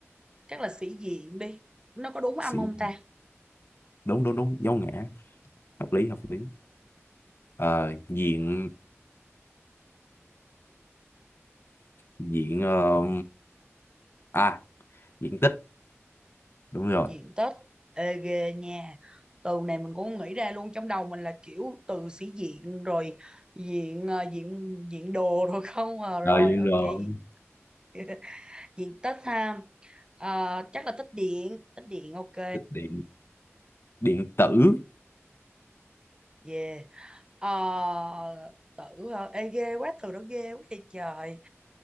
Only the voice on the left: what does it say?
sĩ
đúng đúng đúng dấu ngã hợp lý hợp lý ờ, diện diện ờ, à diện tích đúng rồi
ờ, diện
rồi
tích điện điện tử